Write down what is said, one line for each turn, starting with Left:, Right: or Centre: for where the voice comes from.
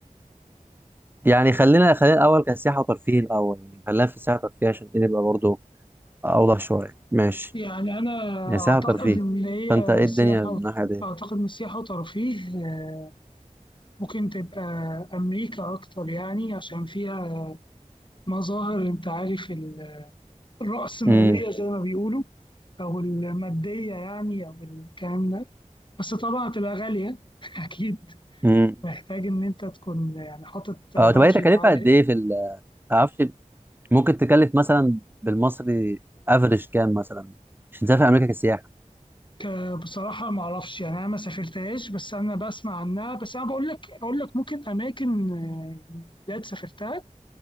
Right: يعني خلينا خلينا الاول كسياحه وترفيه الاول يعني خلينا في السياحه وترفيه عشان ايه نبقى برضه اوضح شويه ماشي
Left: يعني انا
Right: يعني
Left: اعتقد
Right: سياحه وترفيه
Left: ان هي
Right: فانت ايه
Left: سياحة
Right: الدنيا من الناحيه
Left: و...
Right: دي
Left: اعتقد ان السياحة وترفيه آه، ممكن تبقى امريكا اكتر يعني عشان فيها مظاهر انت عارف ال- الرأسمالية
Right: امم
Left: زي ما بيقولوا او المادية يعني او الكلام ده بس طبعا هتبقى غالية <laughs> اكيد
Right: امم
Left: محتاج ان انت تكون يعني حاطط بادجت
Right: اه طب هي تكلفه
Left: عالي
Right: قد ايه في ال معرفش ممكن تكلف مثلا بالمصري افريج كام مثلا عشان تسافر امريكا كسياحه
Left: ك- بصراحه ما اعرفش يعني انا ما سافرتهاش بس انا بسمع عنها بس انا بقول لك اقول لك ممكن اماكن آه، يعني بلاد سافرتها